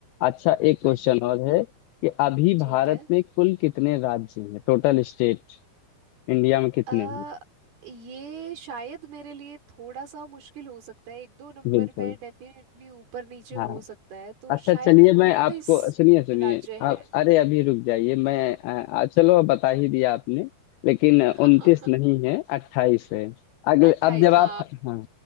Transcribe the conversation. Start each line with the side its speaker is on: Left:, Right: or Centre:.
Left: अच्छा एक
Right: हाँ
Left: क्वेश्चन
Right: जी
Left: और है कि अभी
Right: ठीक
Left: भारत
Right: है
Left: में कुल कितने राज्य हैं टोटल स्टेट इंडिया में कितने
Right: अ
Left: हैं
Right: ये शायद मेरे लिए थोड़ा सा मुश्किल हो सकता है एक दो नंबर
Left: बिल्कुल
Right: में डेफिनेटली ऊपर नीचे
Left: हाँ
Right: हो सकता है तो
Left: अच्छा
Right: शायद
Left: चलिए मैं
Right: उनतीस
Left: आपको सुनिए सुनिए
Right: राज्य
Left: आप
Right: हैं
Left: अरे अभी रुक जाइए मैं आ, चलो अब बता ही दिया आपने लेकिन
Right: <laughs>
Left: उनतीस
Right: हाँ
Left: नहीं है अट्ठाईस है अगले
Right: अट्ठाईस
Left: अब जब
Right: हाँ
Left: आप हाँ